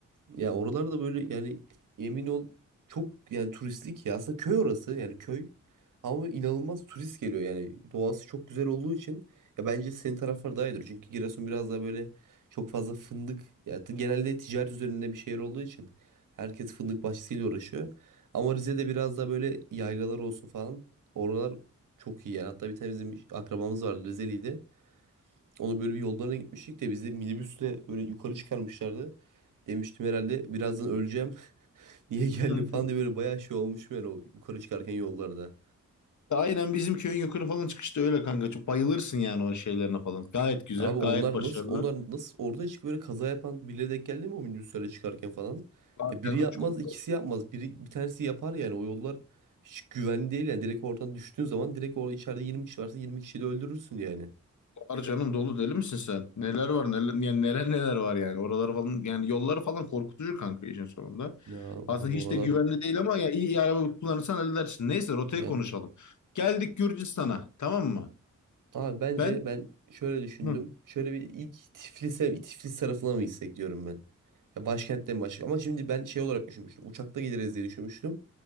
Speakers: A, on the right (about 80°); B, on the left (about 65°).
A: Ya oralarda böyle yani yemin ol çok yani turistik ya aslında köy orası yani köy ama inanılmaz turist geliyor yani doğası çok güzel olduğu için ya bence senin taraflar daha iyidir çünkü Giresun biraz daha böyle çok fazla fındık ya t- genelde ticaret üzerinde bir şehir olduğu için herkes fındık bahçesiyle uğraşıyor ama Rize'de biraz daha böyle yaylalar olsun falan oralar çok iyi yani hatta bir tane bizim akrabamız vardı Rizeliydi onu böyle bir yollarına gitmiştik de bizi minibüsle böyle yukarı çıkarmışlardı. Demiştim herhalde birazdan öleceğim. <laughs> Niye geldim
B: Hı
A: falan
B: hı.
A: diye böyle bayağı şey olmuşum yani o yukarı çıkarken yollarda.
B: Aynen bizim köyün yukarı falan çıkışta öyle kanka. Çok bayılırsın yani o şeylerine falan. Gayet güzel,
A: Abi
B: gayet
A: onlar
B: başarılılar.
A: nasıl onlar nasıl orada çık böyle kaza yapan birileri denk geldi mi o minibüslerle çıkarken falan?
B: Aa,
A: Ya biri
B: canım
A: yapmaz,
B: çok
A: ikisi yapmaz. Biri bir tanesi yapar yani o yollar hiç güvenli değil yani direkt oradan düştüğün zaman direkt orada içeride 20 kişi varsa 20 kişiyi de öldürürsün yani.
B: Var canım dolu deli misin sen? Neler var neler, yani neler neler var yani. Oraları falan yani yolları falan korkutucu kanka işin sonunda.
A: Ya
B: Aslında
A: abi
B: hiç
A: oralar
B: de güvenli değil ama ya iyi, iyi araba kullanırsan halledersin. Neyse rotayı
A: ya
B: konuşalım. Geldik Gürcistan'a tamam mı?
A: Abi bence
B: Ben
A: ben şöyle düşündüm.
B: Hı.
A: Şöyle bir ilk Tiflis'e, Tiflis tarafına mı gitsek diyorum ben. Ya başkentten başka? Ama şimdi ben şey olarak düşünmüştüm. Uçakla gideriz diye düşünmüştüm.